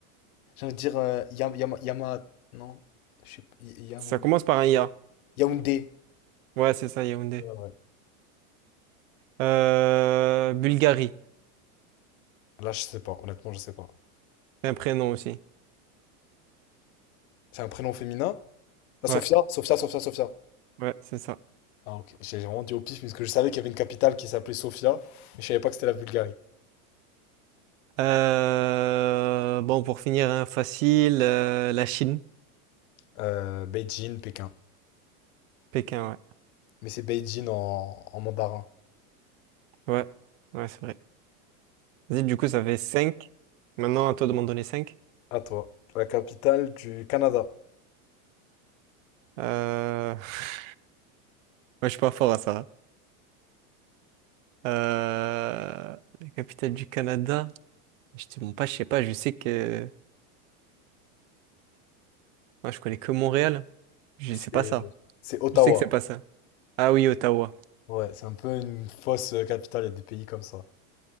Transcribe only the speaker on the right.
Ça commence par un IA.
Ouais, c'est ça, Yaoundé.
Euh, Bulgarie,
un prénom aussi.
Ouais,
ouais, c'est ça.
Euh, bon, pour finir, hein, facile, euh, la Chine.
Pékin, ouais.
Ouais, ouais, c'est vrai. Vas-y, du coup, ça fait 5. Maintenant, à toi de m'en donner 5.
Euh... <laughs> Moi, je suis pas fort à ça. hein. Euh... La capitale du Canada. Je te bon, pas, je sais pas, je sais que... Moi, je connais que Montréal. Je
sais pas ça.
Je sais que c'est pas ça. Ah oui, Ottawa.